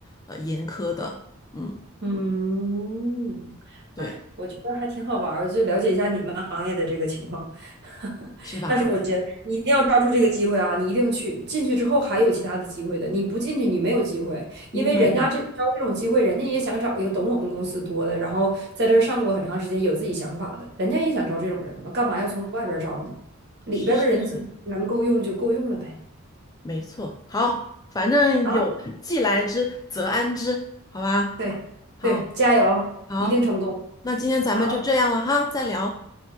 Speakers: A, on the left (about 15°); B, on the right (about 50°).
A: 呃严苛的。嗯，
B: 嗯，
A: 对，
B: 哎，我觉得还挺好玩儿，就了解一下你们行业的这个情况。<laughs>
A: 是吧？
B: 但是我觉得你一定要抓住这个机会啊！你一定去，进去之后还有其他的机会的，你不进去你没有机会，因为人家这招这种机会，
A: 明白，明白，
B: 人家也想找一个懂我们公司多的，然后在这儿上过很长时间，有自己想法的，人家也想招这种人嘛，干嘛要从外边儿招呢？里边儿的人自能够用就够用了呗。
A: 是是是，没错。好，反正有既来之则安之，
B: 好，
A: 好吧？
B: 对对，
A: 好，
B: 加油，
A: 好，
B: 一定成功。
A: 那今天咱们就这样了哈，
B: 好，
A: 再聊，